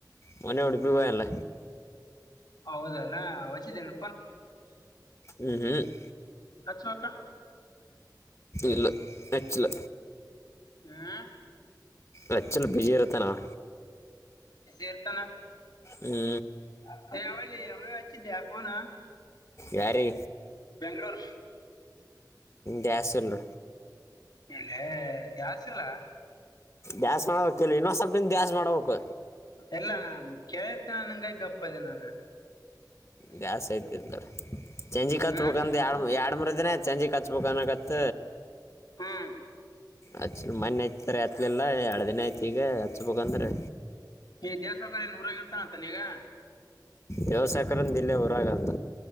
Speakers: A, on the left (about 40°); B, on the left (about 65°).
A: ಮೊನ್ನೆ ಉಡುಪಿಪಯಲ್ಲ
B: ಹೌದಲ್ಲ ವಚಿದ್ದೇನೆ
A: ಹ್ಮ್ ಹ್ಮ್
B: ಹಚ್ಬೇಕ
A: ಇಲ್ಲ ನಚ್ಚಿಲ್ಲ
B: ಹ್ಮ್
A: ಲಚ್ಚಲ್ಲಿ ಬಿಜಿ ಇರುತ್ತೆ ನಾವ
B: ೇರ್ತಾನ
A: ಹ್ಞೂ
B: ಹ ಆವಡ್ಲಿ ಅ ಹಚ್ಚಿದ ಫೋನು
A: ಯಾರಿ
B: ಬೆಂಗಳೋರ್
A: ಗ್ಯಾಸ್ ಇಲ್ಲ
B: ಇಲ್ಲೇ ಗ್ಯಾಸ್ ಇಲ್ಲ
A: ಗ್ಯಾಸ್ ತಿಲ್ ಸ್ವಲ್ಪ ದಿನ ದ್ಯಾಸ್ ಮಾಡಬೇಕು
B: ಎಲ್ಲ ನಾನ್ ಕೇಳಿರ್ತೇನೆ ನಂಗೈ ಗಪ್ಪದೆ ನಾನು
A: ದ್ಯಾಸ್ ಐತಿಲ್ಲಾರ ಚಂಜಿ
B: ಹ್ಮ್
A: ಕ ಹತ್ಬೇಕಂದು ಎರಡು ಎರಡು ಮರ ದಿನ ಚಂಜಿ ಕ ಹತ್ಬೇಕನ್ಕತ್ತ
B: ಹ್ಮ್
A: ಹಚ್ಚ ಮನ್ನೆ ಯತಾರೆ ಹತ್ಲಿಲ್ಲಾ ಎರಡು ದಿನ ಐತಿ ಈಗ ಹಚ್ಬೇಕಂದ್ರೆ
B: ಈ ದೇವಸಕಾರಿ ನೂರಾಗಿ ಇರ್ತಾನತಾನ ಈಗ
A: ದವಸಾಯಕರನ್ ದಿಲ್ಲಿೇ ಹೊರಾಗ ಅಂತ